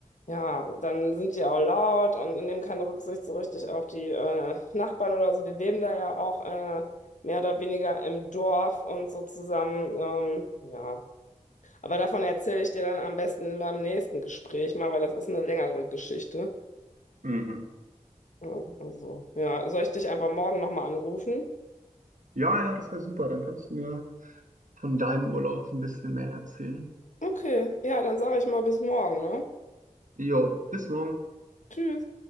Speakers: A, on the left (about 65°); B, on the right (about 70°).
A: ja, dann sind die auch laut und nehmen keine Rücksicht so richtig auf die äh, Nachbarn oder so. Die leben da ja auch äh, mehr oder weniger im Dorf und so zusammen. Ähm, ja. Aber davon erzähle ich dir dann am besten beim nächsten Gespräch mal, weil das ist eine längere Geschichte.
B: Mhm.
A: Ja, Also, ja, soll ich dich einfach morgen nochmal anrufen?
B: Ja, ja, das wäre super. Dann kannst du mir von deinem Urlaub ein bisschen mehr erzählen.
A: Okay, ja, dann sage ich mal bis morgen, ne?
B: Jo, bis morgen.
A: Tschüss.